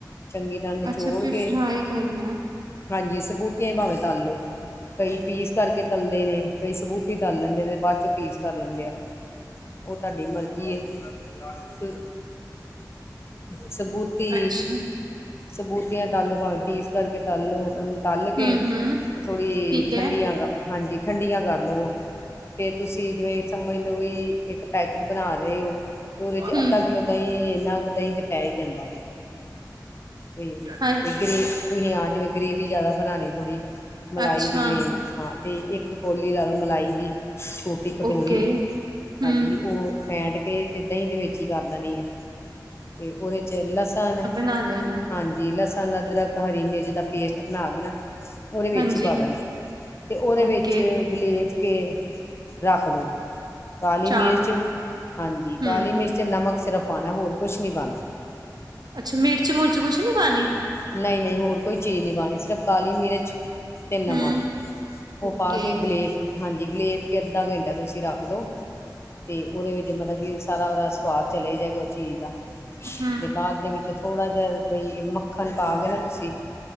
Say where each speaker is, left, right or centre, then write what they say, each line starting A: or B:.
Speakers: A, on the left; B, on the right.
A: ਚੰਗੀ ਤਰਾਂ ਨਿਚੋੜ
B: ਅੱਛਾ ਫਿਰ
A: ਕੇ,
B: ਫਰਾਈ ਕਰਨਾ
A: ਹਾਂਜੀ ਸਬੂਤੀਆਂ ਹੀ ਭਾਵੇਂ ਤਲ ਲੋ। ਕਈ ਪੀਸ ਕਰਕੇ ਤਲਦੇ ਨੇ, ਕਈ ਸਬੂਤੀ ਤਲ ਲੈਂਦੇ ਨੇ, ਬਾਅਦ ਚੋਂ ਪੀਸ ਕਰ ਲੈਂਦੇ ਆ।
B: !
A: ਉਹ ਤੁਹਾਡੀ ਮਰਜ਼ੀ ਹੈ, ਕਿ ਸਬੂਤ। ਤੀ
B: ਅੱਛਾ
A: ਸਬੂਤੀਆਂ ਤਾਲੋ ਭਾਵੇਂ ਪੀਸ ਕਰਕੇ ਤਾਲੋ। ਤਲ ਕੇ
B: ਹੂੰ-ਹੂੰ
A: ਤੇ ਥੋੜੀ
B: ਠੀਕ ਐ
A: ਠੰਡੀਆਂ ਹਾਂਜੀ ਠੰਡੀਆਂ ਕਰ ਲਵੋ। ਫੇਰ ਤੁਸੀਂ ਜਿਵੇਂ ਸਮਝ ਲਓ ਬਈ ਇੱਕ ਪੈਕੇਟ ਬਣਾ ਰਹੇ ਹੋ। ਪੂਰੇ 'ਚ
B: ਹੂੰ
A: ਅੱਧਾ ਕਿੱਲੋ ਦਹੀਂ ਇੰਨਾ ਕੁ ਦਹੀਂ ਤੇ ਪੈ ਹੀ ਜਾਂਦਾ ਵੇ। ਵੀ
B: ਹਾਂਜੀ
A: ਜੇ ਗੇ੍ ਤੁਸੀਂ ਹਾਂ ਜਿਵੇਂ ਗ੍ਰੇਵੀ ਜਿਆਦਾ ਬਣਾਉਣੀ ਥੋੜੀ ਮਲਾਈ
B: ਅੱਛਾ
A: ਦੀ ਗ੍ਰੇਵੀ। ਹਾਂ ਤੇ ਇੱਕ ਕੋਲੀ ਲੈ ਲਓ ਮਲਾਈ ਦੀ ਛੋਟੀ ਕਟੋਰੀ
B: ਓਕੇ ਹੂੰ
A: ਹਾਂਜੀ ਉਹ। ਫੈਂਟ ਕੇ ਤੇ ਦਹੀਂ ਦੇ ਵਿੱਚ ਹੀ ਕਰ ਦੇਣੀ ਹੈ ਤੇ ਉਹਦੇ 'ਚ ਲਸਣ।
B: ਨਹਾ ਲੈਣਾ।
A: ਹਾਂਜੀ ਲਸਣ, ਅਦਰਕ, ਹਰੀ ਮਿਰਚ ਦਾ ਪੇਸਟ ਬਣਾ ਕੇ ਨਾ। ਉਹਦੇ ਵਿੱਚ
B: ਹਾਂਜੀ
A: ਹੀ ਪਾ ਦੇਣਾ ਐ, ਤੇ ਉਹਦੇ
B: ਓਕੇ
A: ਵਿੱਚ ਗਲੇਸ ਕੇ ਰੱਖ ਦਿਉ। ਕਾਲੀ
B: ਚਾਪ
A: ਮਿਰਚ
B: ਨਾਲ
A: ਹਾਂਜੀ,
B: ਹੂੰ
A: ਕਾਲੀ ਮਿਰਚ, ਨਮਕ ਸਿਰਫ਼ ਪਾਣਾ ਹੋਰ ਕੁਛ ਨਈ ਪਾਣਾ।
B: ਅੱਛਾ ਮਿਰਚ- ਮੁਿਰਚ ਕੁਛ ਨੀ ਪਾਨੀ।
A: ਨਹੀਂ- ਨਹੀਂ ਹੋਰ ਕੋਈ ਚੀਜ਼ ਨਹੀਂ ਪਾਣੀ ਸਿਰਫ਼ ਕਾਲੀ ਮਿਰਚ। ਤੇ ਨਮਕ
B: ਹੂੰ
A: ਉਹ
B: ਓਕੇ
A: ਪਾ ਕੇ ਗਲੇਫ ਹਾਂਜੀ ਗਲੇਫ ਕੇ ਅੱਧਾ ਘੰਟਾ ਤੁਸੀਂ ਰੱਖ ਦਿਉ। ਤੇ ਉਹਦੇ ਵਿੱਚ ਮਤਲਬ ਕਿ ਸਾਰਾ ਉਹਦਾ ਸਵਾਦ ਚਲੇ ਜਾਏਗਾ ਉ ਚੀਜ਼ ਦਾ।
B: ਹੂੰ
A: ਤੇ ਬਾਅਦ ਦੇ ਵਿੱਚ ਥੋੜਾ ਜਿਹਾ ਬਈ ਮੱਖਣ ਪਾ ਕੇ ਨਾ ਤੁਸੀਂ।